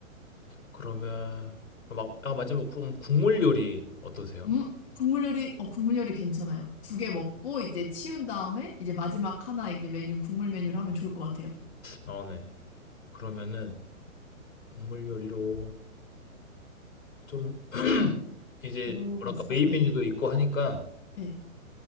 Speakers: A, on the left; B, on the left.
A: 그러면 아, 막 아, 마지막 국, 국물 요리 어떠세요?
B: 음, 국물 요리, 어, 국물 요리 괜찮아요. 두 개 먹고 이제 치운 다음에 이제 마지막 하나 이제 메뉴, 국물 메뉴를 하면 좋을 것 같아요.
A: 아 네. 그러면은 국물 요리로 좀 <clears throat> 이제
B: 뭐가
A: 뭐랄까
B: 있을까요?
A: 메인
B: 네네.
A: 메뉴도 있고 하니까
B: 네.